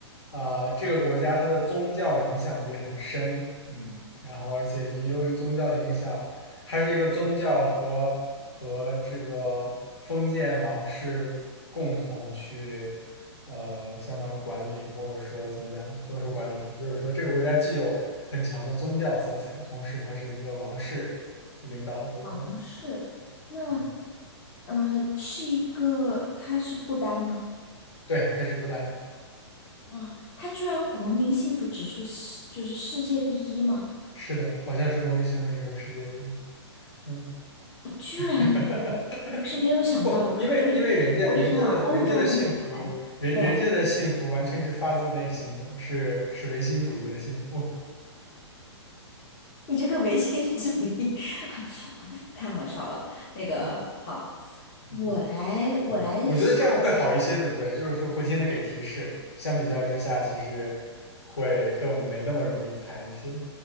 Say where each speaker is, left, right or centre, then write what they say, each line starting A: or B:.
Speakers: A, on the left (about 65°); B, on the left (about 35°).
A: 啊，这个国家它的宗教影响力很深，嗯，然后而且也由于宗教的影响，它是一个宗教和和这个封建王室共同去，呃，相当于管理或者说怎么讲，不能说管理吧，就是说这个国家既有很强的宗教色彩，同时它是一个王室领导的国家。
B: 王室。那，
A: 嗯，
B: 呃，是一个，他是不丹吗？
A: 对，它是不丹，
B: 啊，他居然国民幸福指数是就是世界第一吗？
A: 是的，好像是国民幸福指数世界第一。嗯，
B: 居然，
A: <laughs>
B: 我是没有想到的，
A: 不，因为因为人家人家的人家的幸福，
B: 就是我一直往欧洲那边排。
A: 人人家的幸福完全是发自内心的，
B: 对
A: 是是唯心主义的幸福。
B: 你这个唯心主义 <laughs> 太好笑了。那个好，
A: 嗯 <laughs>
B: 我来我来想，
A: 嗯，我觉得这样会好一些，对不对？就是说不停的给提示，相比较之下，其实会更没那么容易踩一些